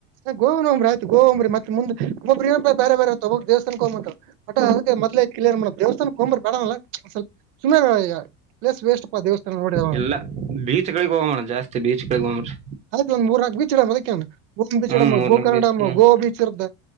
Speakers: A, on the right; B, on the right.
A: ಹ ಗೋನ್ರಿ ಆಯ್ತ ಗೋಂಬ್ರಿ ಮತ್ ಮುಂದ ಒಬ್ಬರೇ ಬೇ ಬೇರೆ ಬೇರೆ ತೊಗು ದೇಸ್ಥಾನಕ್ <unintelligible> ಮೊದಲೇ ಕ್ಲಿಯರ್ ಮಾಡ ದೇವಸ್ಥಾನಕ್ಕೆ ಹೊಂಬರ್ ಬೇಡ ಅನ್ನಲ್ಲ ಸಲ್ಪ್ ಸುಮ್ನೖ ವೇಸ್ ವೇಸ್ಟ್ಪ ದೇವಸ್ಥಾನ ನೋಡ
B: ಇಲ್ಲ ಬೀಚ್ಗಳಿಗೆ ಹೋಗಮಣ ಜಾಸ್ತಿ ಬೀಚ್ಗಳಿಗೆ ಹೋಗಮ್ರಿ
A: ಆಯ್ತು ಒಂದ್ ಮೂರ್ನಾಕ್ ಬೀಚಿಡಮ್ ಅದಕ್ಕೇನ್. ಒಂದ್ ಬೀಚಿಡಮ್ಮ
B: ಹ್ಮ್ ಮೂರ್ನಾಕ್
A: ಗೋಕರ್ಣಮ್ಮ
B: ಬೀಚ್ ಹ್ಮ್
A: ಗೋವಾ ಬೀಚ್ ಇರ್ತ.